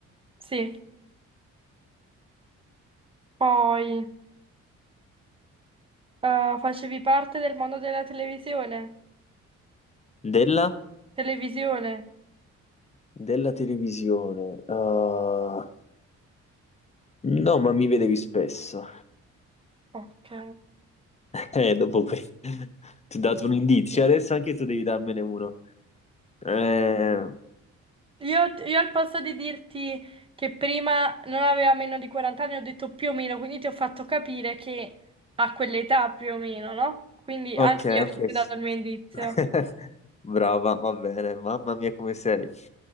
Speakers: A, on the right; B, on the left.
A: Sì. Poi, eh, facevi parte del mondo della televisione?
B: Della?
A: Televisione?
B: Della televisione. Ah, no, ma mi vedevi spesso.
A: Ok.
B: Eh, dopo qui <laughs> ti ho dato un indizio, adesso anche tu devi darmene uno. Eh,
A: Io, io al posto di dirti che prima non aveva meno di 40 anni, ho detto più o meno, quindi ti ho fatto capire che a quell'età più o meno, no? Quindi
B: ok,
A: anche io ti
B: ok.
A: ho dato il mio indizio.
B: <laughs> Brava, va bene, mamma mia come sei.